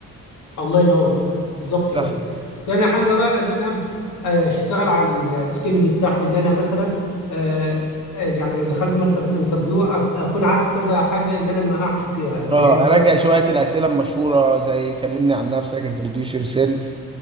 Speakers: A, on the left; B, on the right.
A: الله ينور بز- بالظبط
B: صح
A: كده تاني حاجه بقى ان انا ابدا اشتغل على السكيلز بتاعتي ان انا مثلا آه، آه، يعني لو دخلت مثلا انترفيو اكون عارف كذا حاجه ان انا ما اقعش فيها اللي
B: اه
A: هي مثلا
B: اراجع شوية الاسئلة المشهورة زي كلمني عن نفسك انتروديوس يور سيلف